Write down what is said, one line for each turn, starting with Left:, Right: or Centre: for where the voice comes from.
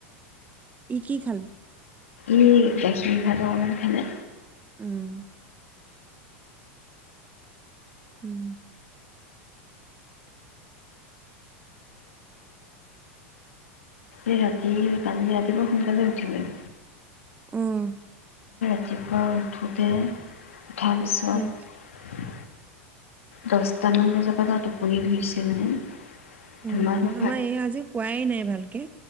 Right: ই কি খালু
Left: ই গাখীৰ ভাত অকনমান খালে
Right: উম হম হম
Left: এই ৰাতি কালি ৰাতিপুৱা সোনকালে উঠিলে
Right: উম
Left: ৰাতিপা উঠোঁতে উঠাৰ পিছত
Right: উম
Left: দহটামান বজাৰ পৰা তাত টোপনি ধৰিছে মানে
Right: অ
Left: ধুমাধুম
Right: আমাৰ এই আজি কোৱাই নাই ভালকে